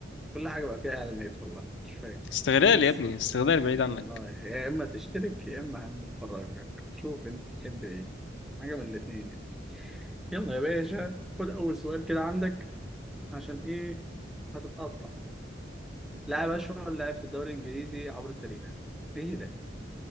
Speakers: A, in the centre; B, on the left.
A: كل حاجة بقى فيها إعلانات والله مش فاهم
B: استغلال
A: ناقص
B: يا ابني استغلال بعيد عنك
A: والله يا إما تشترك يا إما هنفرجك شوف أنت تحب إيه حاجة من الاتنين يعني يلا يا باشا خد أول سؤال كده عندك عشان ايه هتتقطع لاعب اشهر لاعب في الدوري الانجليزي عبر التاريخ ايه ده